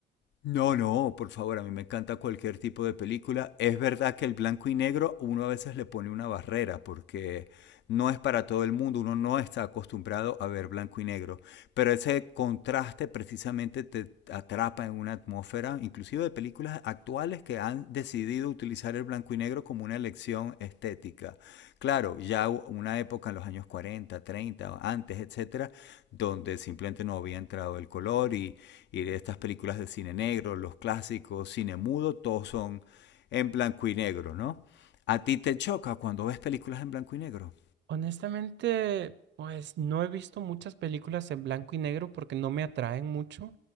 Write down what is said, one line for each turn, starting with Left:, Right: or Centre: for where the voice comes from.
Left: No, no, por favor, a mí me encanta cualquier tipo de película. Es verdad que el blanco y negro uno a veces le pone una barrera porque no es para todo el mundo, uno no está acostumbrado a ver blanco y negro, pero ese contraste precisamente te atrapa en una atmósfera, inclusive de películas actuales que han decidido utilizar el blanco y negro como una elección estética. Claro, ya hu- una época en los años 40, 30, antes, etcétera, donde simplemente no había entrado el color y y de estas películas de cine negro, los clásicos, cine mudo, todos son en blanco y negro, ¿no? ¿A ti te choca cuando ves películas en blanco y negro?
Right: Honestamente, pues no he visto muchas películas en blanco y negro porque no me atraen mucho.